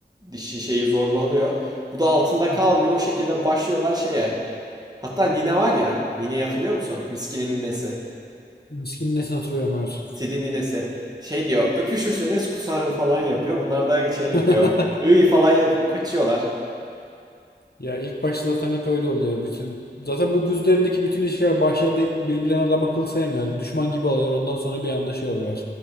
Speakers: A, on the right; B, on the left.
A: Dişi şeyi zorbalıyor. Bu da altında
B: Hı
A: kalmıyor.
B: hı.
A: O şekilde başlıyorlar şeye. Hatta Nine var ya. Nine'yi hatırlıyor musun? Miskin'in ninesi.
B: Miskinin nesine oturuyorum evet.
A: Sid'in ninesi. Şey diyor. Öpüşürseniz kusarım falan yapıyor. Bunlar da şey yapıyor.
B: <laughs>
A: Iy falan yapıp kaçıyorlar.
B: Ya ilk başta zaten hep öyle oluyor. Bütün zaten bu buz üzerindeki bütün ilişkiler başlarda birbirlerine adam akıl sevmiyor. Düşman gibi oluyor. Ondan sonra bir anda şey oluyor.